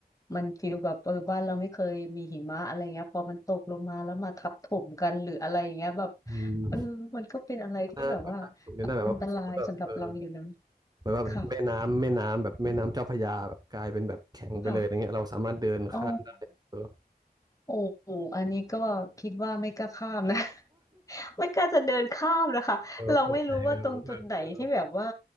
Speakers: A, on the left (about 20°); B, on the right (about 25°).
A: มันฟีลแบบเออบ้านเราไม่เคยมีหิมะอะไรเงี้ยพอมันตกลงมาแล้วมาทับถมกันหรืออะไรอย่างเงี้ยแบบ
B: อืม
A: เออมันก็เป็นอะไรที่แบบว่า
B: น่าก็น่าสนุกนะแต่แบบว่าสมมติแบบเออ
A: อันตรายสำหรับเราอยู่นะ
B: เหมือนว่าแบบแม่น้ำแม่น้ำแบบแม่น้ำเจ้าพระยาแบบกลายเป็นแบบแข็งไปเลยอะไรเงี้ยเราสามารถเดินข้ามได้เออ
A: ค่ะค่ะโอ้โอ้อันนี้ก็คิดว่าไม่กล้าข้ามนะ ไม่กล้าจะเดินข้ามนะคะ
B: เออปวดแต่เออเออเออ
A: เราไม่รู้ว่าตรงจุดไหนที่แบบว่า